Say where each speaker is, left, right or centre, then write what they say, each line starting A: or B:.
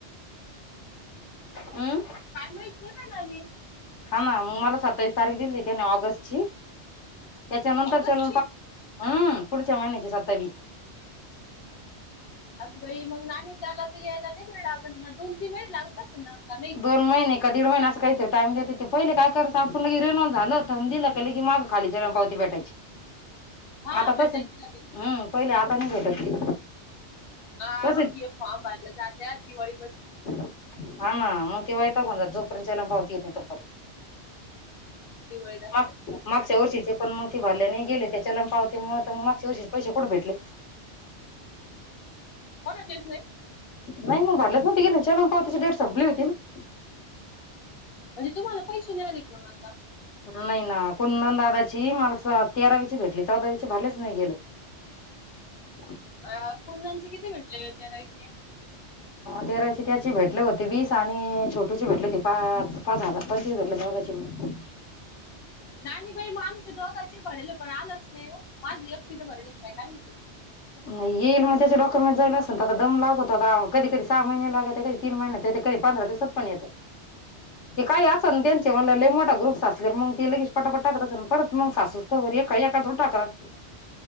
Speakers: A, on the left; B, on the left.
A: हम्म.
B: काय माहित नाही बाई मामी.
A: हा ना मग मला सत्तावीस तारीख दिली त्याने ऑगस्टची त्याच्यानंतर
B: ऑगस्टची
A: चलन हा पुढच्या महिनची सत्तावीस.
B: अगं बाई मग ना आणि त्याला तर यायला नाही वेळ लागत ना दोन तीन महिने लागतच ना का नाही.
A: दोन महिने का दीड महिने असं काही तर टाम देत ते पहिले काय करत आपण रेनोलां झालं होत दिलं. त्यालं की माग खाली त्याना पावती भेटायची.
B: हा
A: आता
B: भेटायची
A: तसं
B: लगेच.
A: हम्म, पहिले आता नाही भेटत ती.
B: हा,
A: कसं
B: मग हे फॉर्म भरलं जात्यात दिवाळी मधी
A: हा, ना मग तेव्हा येत कोण जोपर्यंतल पावती येत नाही तोपर्यंत.
B: दिवाळी दसऱ्यात
A: माक,
B: भरले
A: मागच्या
B: जातात
A: वर्षीचं पण मग ती भरल्या नाही गेले. त्या चलन पावती मुळं मग मागच्या वर्षी पैसे कुठे भेटले.
B: कुणाचेच नाही?
A: नाही मग भरले, ती चलन पावतीची डेट संपली होती ना?
B: म्हणजे तुम्हाला पैशे नाही आले बघ आता
A: नाही ना कुंदन दादाची मला स तेरावीची भेटली चौदावीची भरलेच नाही गेलं <inaudible>
B: अं कुंदनचे किती भेटलेले तेरावीचे? <inaudible>
A: तेरावीचे त्याचे भेटले होती वीस आणि छोटुचे भेटले होते पाच पाच हजार पंचवीस भेटले दोघांचे <unintelligible>
B: नाही नाही बाई मग आमच्या दोघांचे भरले पण आलंच नाही ओ माझं एकटीचं भरले काय काय माहिती?
A: नाही येईल मग त्याचे डॉक्युमेंट जायला असे दम लागतता कधी कधी सहा महिने लागते कधी तीन महिन्यात येत्याती कधी पंधरा दिवसात पण येत्
B: <inaudible>
A: ते काय असल त्यांचे मला लई मोठा ग्रुप्स असले मग ते लगेच पटापट टाकत असल परत मग सासू तवर एका एका दूर टाकत असतील